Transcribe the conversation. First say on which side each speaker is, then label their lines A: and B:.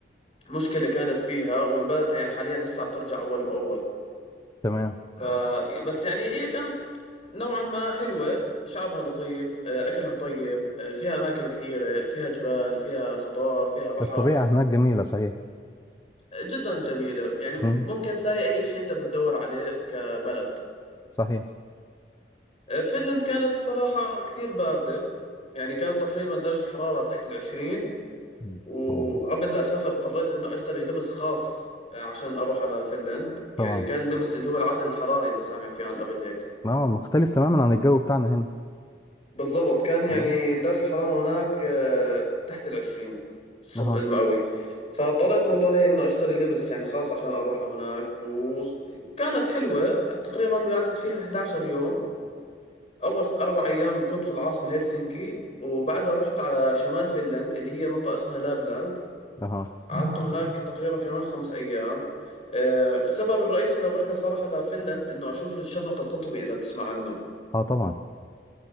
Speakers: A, on the left; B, on the left.
A: مشكلة كانت فيها والبلد يعني حاليا لسه بترجع اول باول
B: تمام
A: ف بس يعني هي كانت نوعا ما حلوة شعبها لطيف آه، أكلها طيب آه، فيها أماكن كثيرة فيها جبال فيها خضار فيها بحر
B: الطبيعة هناك جميلة صحيح
A: آه، جدا جميلة يعني
B: مم.
A: ممكن تلاقي أي شيء أنت بتدور عليه كبلد
B: صحيح
A: آه، فنلند كانت الصراحة كثير باردة يعني كانت تقريبا درجة الحرارة تحت العشرين
B: مم.
A: وقبل
B: أوه.
A: لا أسافر اضطريت إنه أشتري لبس خاص آه، عشان أروح على فنلند يعني
B: طبعا
A: كان اللبس اللي هو العزل الحراري إذا سامع فيه عن قبل هيك
B: اه مختلف تماما عن الجو بتاعنا هنا
A: بالضبط كان يعني
B: مم.
A: درجة الحرارة هناك آه، تحت العشرين الصف-
B: اها
A: المئوي فاضطريت والله انه اشتري لبس يعني خاص عشان اروح لهناك وكانت حلوة تقريبا قعدت فيها 11 يوم اول اربع ايام كنت في العاصمة هلسنكي وبعدها رحت على شمال فنلند اللي هي منطقة اسمها لابلاند
B: اها
A: قعدت هناك تقريبا كمان خمس ايام آه، السبب الرئيسي للرحلة صراحة لفنلند انه اشوف الشفق القطبي اذا بتسمع عنه
B: اه طبعا